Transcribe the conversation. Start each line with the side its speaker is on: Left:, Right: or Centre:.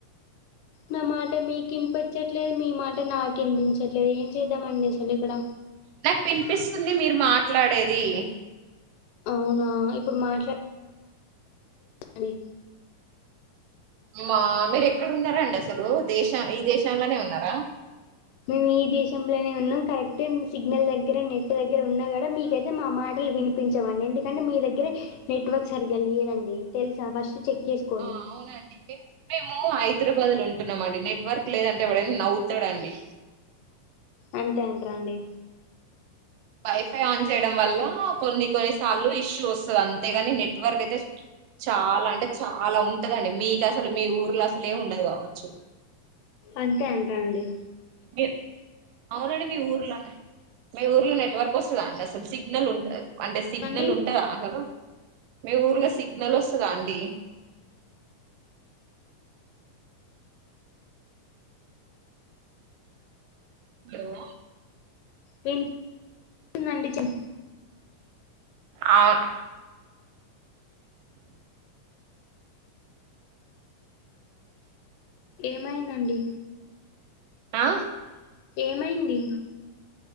Left: నా మాట మీకినిపించట్లేదు మీ మాట నాకినిపించట్లేదు ఏం చేద్దామండి అసలు ఇక్కడ
Right: నాకు వినిపిస్తుంది మీరు మాట్లాడేది
Left: అవునా ఇప్పుడు మాట్లాడ ండి
Right: మా మ్ మీరు ఎక్కడ ఉన్నారా అండి అసలు దేశ ఈ దేశాంలోనే ఉన్నారా
Left: మీ దేశంలోనే ఉన్నాం కరెక్ట్ సిగ్నల్ దగ్గర నెట్ దగ్గర ఉన్నా కూడా మీక అయితే మా మాటలు వినిపి పించవండి ఎందుకంటే మీ దగ్గరె నెట్వర్క్ సరిగ్గా లేదండి తెల్సా ఫస్ట్ చెక్ చేసుకో
Right: ఆ అవునండికే మేము హైదరాబాద్ లో ఉంటున్నామండి, నెట్వర్క్ లేదంటే ఎవడైనా నవ్వుతడండి.
Left: అంతే అంట్రండి.
Right: వైఫై ఆన్ జేయడం వల్ల కొన్ని కొన్ని సార్లు ఇష్యూ ఒస్తది అంతేగాని, నెట్వర్క్ అయితే చాలా అంటే చాలా ఉంటదండి, మీకసలు మీ ఊర్లో అసలే ఉండది కావచ్చు.
Left: అంతే అంటారండి.
Right: గివ్ అవునండి మీ ఊర్ల, మీ ఊర్లో నెట్వర్క్ ఒస్తద అండి అసలు, సిగ్నల్ ఉంట అంటే
Left: చెప్పండి
Right: సిగ్నల్ ఉంటందా అసలు, మీ ఊర్లో సిగ్నల్ ఒస్తదా అండి. లో
Left: విన్ <unintelligible> దండి చెప్
Right: అవున్
Left: ఏమైందండి
Right: ఆ
Left: ఏమైంది